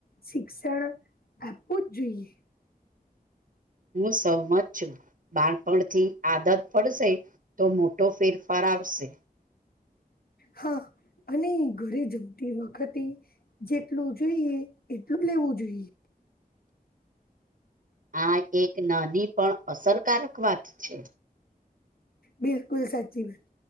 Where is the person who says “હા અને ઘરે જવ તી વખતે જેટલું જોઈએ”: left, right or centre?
Left